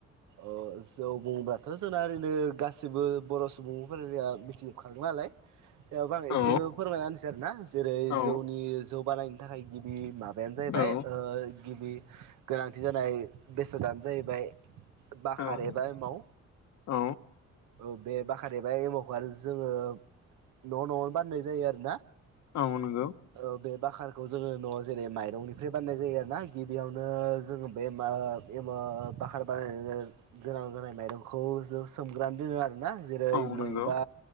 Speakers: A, on the right; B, on the left.
A: अ जौ बुंबाथ' जोंना ओरैनो गासैबो बर' सुबुंफोरनिया मिथिजोबखागोन नालाय थेवबो आं
B: औ
A: एसे फोरमायना होनोसै आरो ना जेरै
B: औ
A: जौनि जौ बानायनो थाखाय गिबि माबायानो जाहैबाय
B: औ
A: ओ गिबि गोनांथि जानाय बेसादानो जाहैबाय बाखार
B: औ
A: एबा माव
B: औ
A: ओ बे बाखार एबा एमावखौ आरो जोंङो न' न'आवनो बाननाय जायो आरो ना
B: औ नंगौ
A: ओ बे बाखारखौ जोंङो न'आव जेरै माइरंनिफ्राय बाननाय जायो आरो ना गिबियावनो जोंङो बेमा बेमा बा बाखार बानायनो गोनांजानाय माइरंखौ जों सोमग्रोनानै दोनो आरो ना जेरै
B: औ
A: नैबा
B: नंगौ